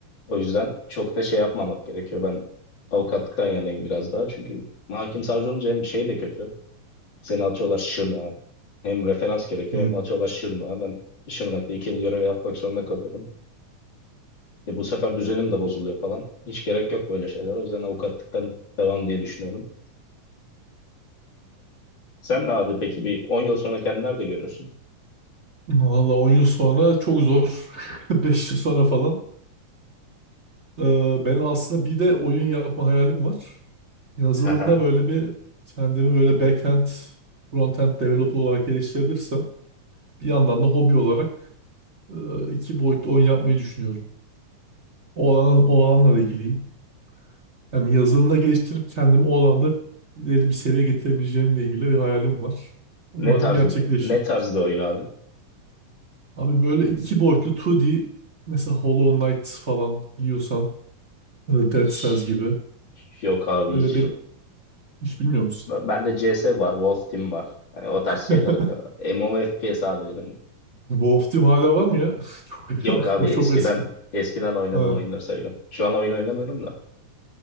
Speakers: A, on the left (about 35°); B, on the right (about 55°).
A: O yüzden çok da şey yapmamak gerekiyor. Ben avukatlıktan yanayım biraz daha. Çünkü hakim savcı olunca hem şey de kötü. Seni atıyorlar Şırnak'a. Hem referans gerekiyor
B: Hı.
A: hem atıyorlar Şırnak'a. Ben Şırnak'ta iki yıl görev yapmak zorunda kalıyorum. E bu sefer düzenim de bozuluyor falan. Hiç gerek yok böyle şeyler. O yüzden avukatlıktan devam diye düşünüyorum. Sen ne abi peki bir 10 yıl sonra kendini nerede görüyorsun?
B: Valla 10 yıl sonra çok zor. <laughs> 5 yıl sonra falan. Ee, benim aslında bir de oyun yapma hayalim var. Yazılımda
A: Aha.
B: böyle bir kendimi böyle backend, frontend developer olarak geliştirebilirsem bir yandan da hobi olarak e, iki boyutlu oyun yapmayı düşünüyorum. O alana, o alanla ilgiliyim. Yani yazılımda geliştirip kendimi o alanda ileri bir seviyeye getirebileceğimle ilgili bir hayalim var. Umarım
A: Ne tarz
B: gerçekleşir.
A: ne tarz bir oyun abi?
B: Abi böyle iki boyutlu 2D mesela Hollow Knight falan biliyorsan e, Dead
A: Hiç-
B: Cells gibi.
A: Yok abi
B: Öyle
A: hiç.
B: bir hiç bilmiyor musun?
A: Bende CS var, Wolf Team var. Hani o tarz şeyler
B: <laughs>
A: oluyor. MMO FPS abi benim.
B: Wolf Team hala var mı ya? <laughs> Çok,
A: Yok
B: <laughs>
A: abi
B: o
A: eskiden
B: çok eski.
A: eskiden oynadığım
B: Ha.
A: oyunları sayıyorum. Şu an oyun oynamıyorum da.